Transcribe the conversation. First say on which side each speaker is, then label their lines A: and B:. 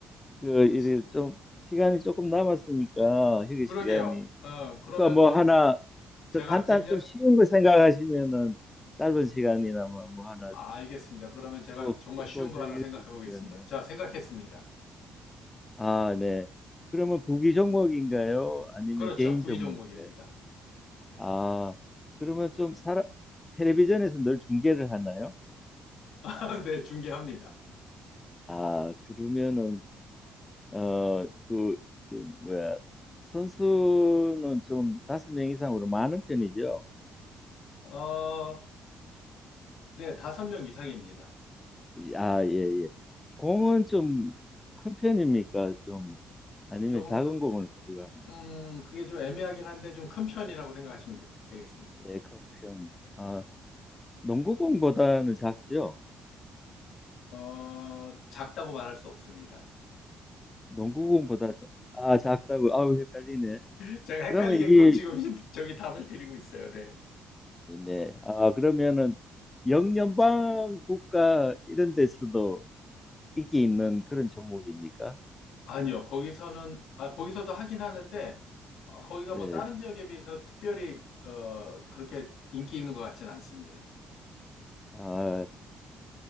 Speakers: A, on the left (about 20°); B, on the left (about 80°).
A: 그 이제
B: 치-
A: 좀 시간이 조금 남았으니까 휴게
B: 그러게요.
A: 시간이,
B: 어, 그러면
A: 그러니까 뭐
B: 뭐,
A: 하나
B: 제가
A: 더 간단
B: 굉장히,
A: 좀 쉬운 거 생각하시면은 짧은 시간이나마 뭐 하나
B: 아, 알겠습니다. 그러면 제가
A: 꼭
B: 정말 쉬운
A: 꼭 즐길
B: 거 하나 생각해
A: 수 있을
B: 보겠습니다.
A: 것 같네요.
B: 자, 생각했습니다.
A: 아, 네. 그러면 구기 종목인가요? 아니면
B: 그렇죠.
A: 개인
B: 구기
A: 종목인가요?
B: 종목입니다.
A: 아, 그러면 좀 사람 텔레비전에서 늘 중계를 하나요?
B: <laughs> 네, 중계합니다.
A: 아, 그러면은 어, 그, 그 뭐야 선수는 좀 다섯 명 이상으로 많은 편이죠.
B: 어, 네, 다섯 명 이상입니다.
A: 아, 예, 예. 공은 좀 큰 편입니까? 좀 아니면
B: 조금
A: 작은
B: 크-
A: 공을 가지고 합니까?
B: 음, 그게 좀 애매하긴 한데 좀 큰 편이라고 생각하시면 되, 겠습니다
A: 예, 큰 편. 아, 농구공보다는 작죠.
B: 어, 작다고 말할 수 없습니다.
A: 농구공보다 작- 아, 작다고. 아우, 헷갈리네.
B: <laughs> 제가 헷갈리게끔
A: 그러면 이게
B: 지금 신- 저기 답을 드리고 있어요. 네.
A: 네. 아, 그러면은 영연방 국가 이런 데서도 인기 있는 그런 종목입니까?
B: 아니요, 거기서는, 아, 거기서도 하긴 하는데, 어, 거기가
A: 네.
B: 뭐 다른 지역에 비해서 특별히, 어, 그렇게 인기 있는 것 같진 않습니다.
A: 아,